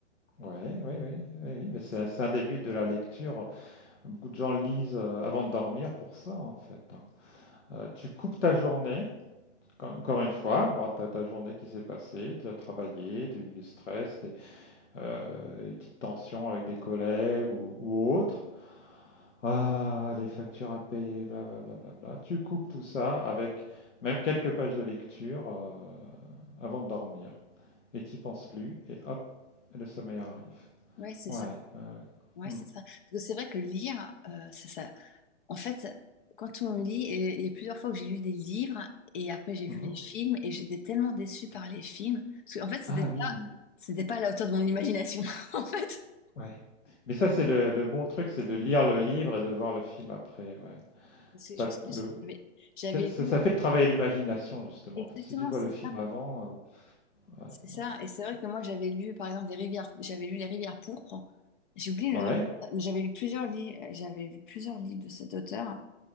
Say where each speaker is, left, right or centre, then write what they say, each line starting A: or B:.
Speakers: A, on the left; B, on the left.
A: Ouais, oui, oui, oui, oui, mais c'est c'est un début de la lecture. Beaucoup de gens lisent euh, avant de dormir pour ça, en fait. hein. Euh, tu coupes ta journée, quand- encore une fois, bon, tu as ta journée qui s'est passée, tu as travaillé, tu as eu du stress, tu euh, des petites tensions avec des collègues ou, ou autres. Ah, les factures à payer, blablabla. Bla, bla, bla. Tu coupes tout ça avec même quelques pages de lecture euh, avant de dormir. Et t'y penses plus, et hop, le sommeil arrive.
B: ouais c'est
A: Ouais,
B: ça
A: ouais,
B: Ouais,
A: ouais.
B: c'est
A: Mm,
B: ça. Parce que c'est vrai que lire, euh, ça, ça- en fait, quand on lit, et il y a plusieurs fois que j'ai lu des livres et après j'ai
A: mhm.
B: vu les films et j'étais tellement déçue par les films. Parce qu'en fait, c'était
A: Ah
B: pas,
A: oui,
B: c'était pas à la hauteur de mon imagination, <laughs> en fait.
A: ouais. Mais ça, c'est le, le bon truc, c'est de lire le livre et de voir le film après. Ouais.
B: Parce que
A: Pas
B: je me souviens,
A: le, le-
B: j'avais, j'avais
A: c'est- ça,
B: lu,
A: ça fait travailler l'imagination, justement.
B: exactement,
A: Parce que si tu vois
B: c'est
A: le film
B: ça.
A: avant, euh, ouais,
B: C'est ça.
A: non.
B: Et c'est vrai que moi, j'avais lu, par exemple, les rivières, j'avais lu Les Rivières pourpres. J'ai oublié
A: Ouais.
B: le nom, mais j'avais lu plusieurs livres, j'avais lu plusieurs livres de cet auteur.